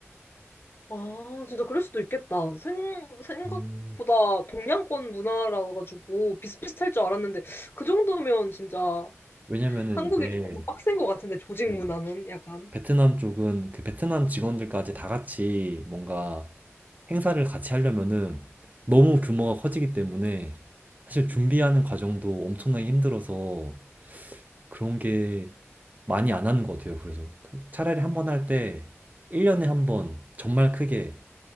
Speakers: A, on the left; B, on the right.
A: 아, 진짜 그럴 수도 있겠다. 생, 생각보다
B: 음.
A: 동양권 문화라 가지고 비슷비슷할 줄 알았는데 그 정도면 진짜
B: 왜냐면은
A: 한국이
B: 이제
A: 조금 더 빡센 것 같은데 조직
B: 네.
A: 문화는 약간
B: 베트남 쪽은 그 베트남 직원들까지 다 같이 뭔가 행사를 같이 하려면은 너무 규모가 커지기 때문에 사실 준비하는 과정도 엄청나게 힘들어서 그런 게 많이 안 하는 것 같아요. 그래서 그 차라리 한번 할 때 1년에 한번 정말 크게